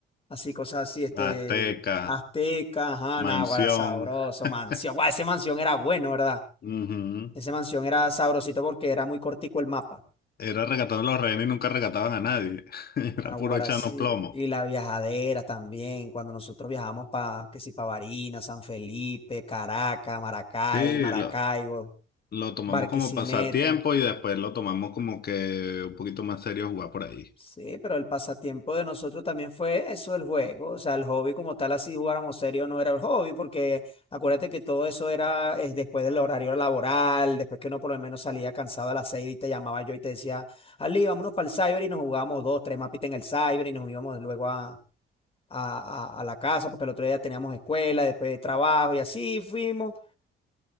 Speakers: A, on the left; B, on the left.
A: así, cosas así, este,
B: Azteca,
A: Azteca, ajá,
B: Mansión.
A: Náguara, sabroso,
B: <laughs>
A: Mansión, guau, ese Mansión era bueno, ¿verdad?
B: Ujú.
A: Ese Mansión era sabrosito porque era muy cortico el mapa,
B: Era rescatando a los rehenes y nunca rescataban a nadie. <laughs> Era
A: Náguara,
B: puro echarnos
A: sí,
B: plomo.
A: y las viajaderas también, cuando nosotros viajamos para, que si para Barinas, San Felipe, Caracas, Maracay,
B: Sí,
A: Maracaibo,
B: lo, lo tomamos
A: Barquisimeto.
B: como pasatiempo y después lo tomamos como que un poquito más serio jugar por ahí.
A: Sí, pero el pasatiempo de nosotros también fue eso, el juego. O sea, el hobby como tal, así jugáramos serio, no era el hobby, porque acuérdate que todo eso era eh, después del horario laboral, después que uno por lo menos salía cansado a las seis y te llamaba yo y te decía, Ali, vámonos para el cyber y nos jugábamos dos, tres mapitas en el cyber y nos íbamos luego a, a, a- a la casa, porque el otro día teníamos escuela, después de trabajo y así fuimos.